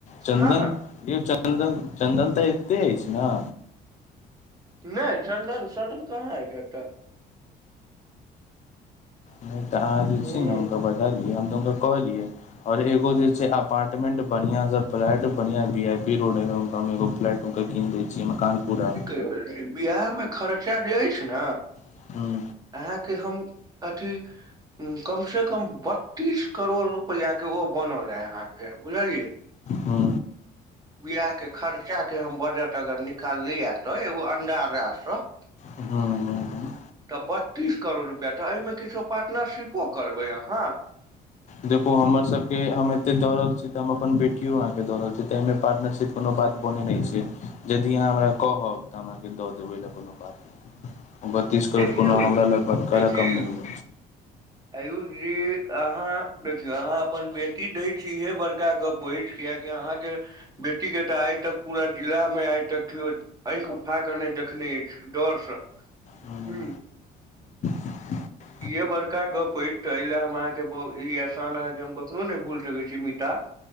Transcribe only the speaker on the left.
चन्दन
यौ चन्दन चन्दन तऽ एतेै अइछ न।
नै तऽ आहाँ जे
छै ने हुनका बजा लिअ हम तऽ हुनका कहलियै। और एगो जे छै अपारटमेंट बढ़िया से फ्लैट बढ़िया वी आई पी रोड है में उनकां एगो फ्लैट। हुनका किन दै छियै मकान पूरा।
हूँ
हँ।
हूँ, हूँ, हूँ।
देखु हमर सबके के हम एते दौड़ रहल छी तऽ हम अपन बेटियो आहाँ के दऽ रहल छी तऽ एहिमे पार्टनरशिप। कोनो बात बनेै नहि छै यदि अहाँ हमरा कहब तऽ अहाँके दऽ देबै ओइला कोनो बात नहि बत्तीस करोड़
कोनो हमरा लऽ बड़का
रकम नऽ यऽ।
हूँ
<unintelligible>